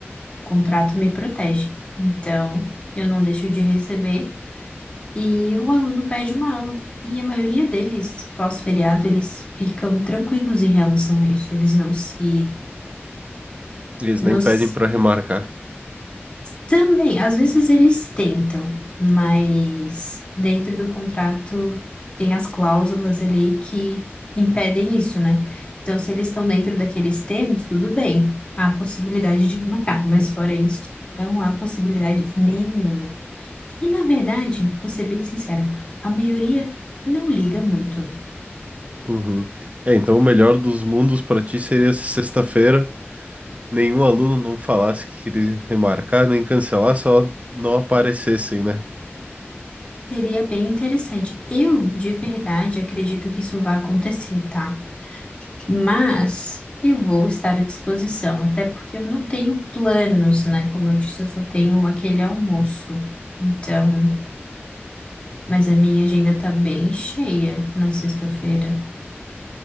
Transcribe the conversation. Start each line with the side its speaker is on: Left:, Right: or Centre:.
Left: o contrato me protege. Então, eu não deixo de receber. E o aluno pede uma aula. E a maioria deles, pós-feriado, eles ficam tranquilos em relação a isso. Eles não se,
Right: Eles
Left: não
Right: nem
Left: se-
Right: pedem para remarcar.
Left: Também, às vezes eles tentam, mas dentro do contrato tem as cláusulas ali que impedem isso, né? Então, se eles estão dentro daqueles termos, tudo bem. Há possibilidade de marcar, mas fora isso, não há possibilidade nenhuma. E na verdade, vou ser bem sincera, a maioria não liga muito.
Right: Uhum. É, então o melhor dos mundos para ti seria se sexta-feira nenhum aluno não falasse que queria remarcar, nem cancelar, só não aparecessem, né?
Left: Seria bem interessante. Eu, de verdade, acredito que isso vai acontecer, tá? Mas eu vou estar à disposição, até porque eu não tenho planos, né? Como eu disse, eu só tenho aquele almoço. Então, mas a minha agenda tá bem cheia na sexta-feira.